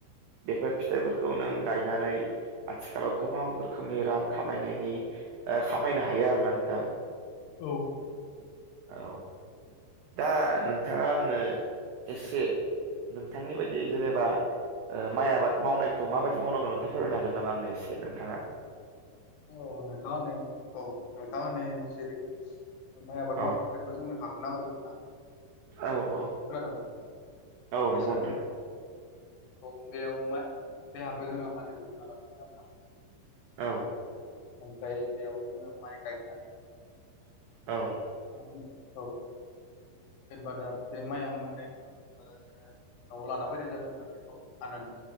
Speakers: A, on the right (about 85°); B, on the left (about 75°).
A: बेफोर फिथाइफोरखौ नों गायनानै आथिखालाव गोबां रोखोमनि रां खामायनायनि खामायनो हायो। आर ना नोंथां
B: औ
A: औ दा नोंथाङा आंनो एसे नोंथांनि बायदि जेनेबा माइ आबाद मावनायखौ माबायदि मावनांगौ नोंथाङा फोररायनो हागोन नामा आंनो एसे नोंथाङा?
B: औ नोंथाङा होननाय औ नोंथाङा होनै जेरै माइ आबाद
A: औ
B: मावनो थाखायथ' जोंनो हाखखौ नांग्रोगोन ना
A: औ औ
B: खोनादों
A: औ
B: बेबो
A: नंगौ
B: सानो
A: नोंथां।
B: औ बेयाव मा बे हाखौ जोङो हालेव गुरुंना लानांगोन आरोोना।
A: औ।
B: ओफ्रायाय बेयावनो माइगायनाय
A: औ।
B: ओम औ। जेनेबा दा बे माइया मोननायनि उनाव जेनेबा दा जोङो न'आव लाना फैनाय जागोन ना बेखौ हानानै